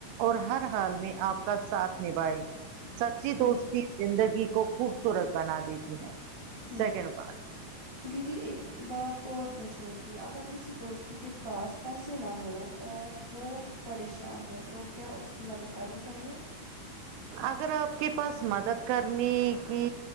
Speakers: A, on the right (about 80°); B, on the right (about 15°).
A: اور ہر حال میں اپ کا ساتھ نھائیں سچی
B: ہوں
A: دوستی
B: جی
A: زندگی کو خوبصورت بنا دیتی ہے
B: ہوں
A: سیکنڈ بات
B: دیدی ایک بات اور پوچھنی تھی اگر کسی دوستی کے پاس پیسے نہ ہو اور وہ پریشان ہو تو کیا اس مدد کرنی چاہیے
A: اگر اپ کے پاس مدد کرنے کی